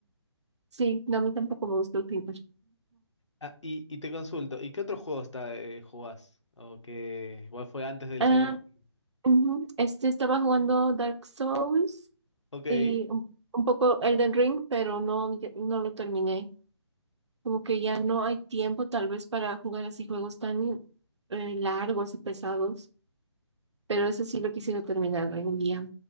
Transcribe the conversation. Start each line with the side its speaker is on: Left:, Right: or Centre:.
Right: Sí, no, a mí tampoco me gusta el pintor.
Left: Ah, y, y te consulto, ¿y qué otro juego está, eh, jugás? O que igual fue antes del
Right: Ah,
Left: Silent Hill.
Right: ujú. Este estaba jugando Dark Souls
Left: Ok, ¿y,
Right: y un, un poco Elden Ring, pero no, ya- no lo terminé. Como que ya no hay tiempo tal vez para jugar así juegos tan eh, largos y pesados, pero eso sí lo quisiera terminar algún día.